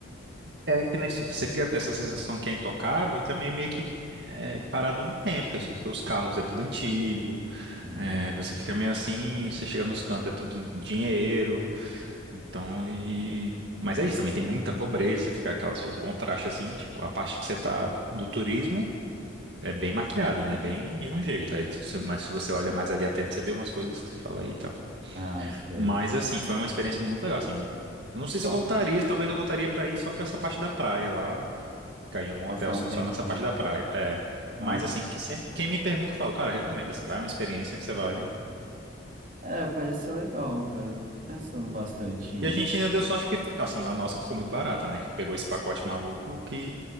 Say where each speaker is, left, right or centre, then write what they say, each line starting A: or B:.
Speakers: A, on the right; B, on the right.
A: É que nem se- você fica dessa sensação que é intocável e também meio que é, parado no tempo, assim, porque os carros é tudo antigo,
B: Uhum.
A: é, você fica meio assim, você chega nos cantos, é tudo dinheiro, então e. Mas é isso, também tem muita pobreza, fica aquela, o contraste assim, é tipo, a parte que você tá do turismo é bem maquiada, né? Bem de um jeito. Aí, se você- mas se você olha mais ali atento, você vê umas coisas que você fala, eita.
B: Ah, sei.
A: Mas assim, foi uma experiência muito legal, assim. Não sei
B: Ué.
A: se eu voltaria, talvez eu voltaria pra ir só pra essa parte da praia lá. Cair em algum
B: Passar
A: hotel, assim,
B: um tempinho
A: só nessa parte
B: a mais.
A: da praia. É. Mas,
B: Ah,
A: assim, que sempre, quem me pergunta, eu falo, cara, recomendo, assim, vai é uma experiência que você vai.
B: é, parece ser legal, cara. Eu tô Pensando bastante em
A: E a gente
B: ir.
A: ainda deu sorte porque, assim, a nossa ficou muito barata, né? Que pegou esse pacote maluco que,